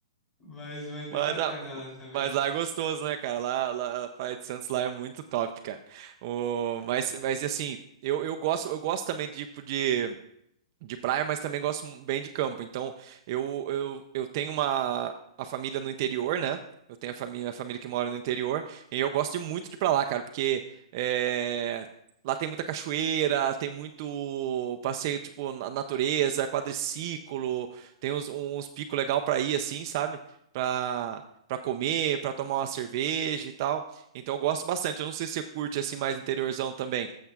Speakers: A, on the left; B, on the right.
A: Mas, mas bem
B: Mas,
A: bacana
B: a-
A: lá também.
B: mas lá é gostoso, né, cara? Lá, lá- a Praia de Santos lá é muito top, cara. O, mas, mas assim, eu, eu gosto, eu gosto também de, tipo, de de praia, mas também gosto bem de campo. Então, eu, eu, eu tenho uma a família no interior, né? Eu tenho a família, a família que mora no interior, e eu gosto de muito de ir pra lá, cara, porque é, lá tem muita cachoeira, tem muito passeio, tipo, na natureza, quadriciclo, tem uns, uns picos legal pra ir, assim, sabe? Pra, pra comer, pra tomar uma cerveja e tal. Então, eu gosto bastante. Eu não sei se você curte, assim, mais interiorzão também.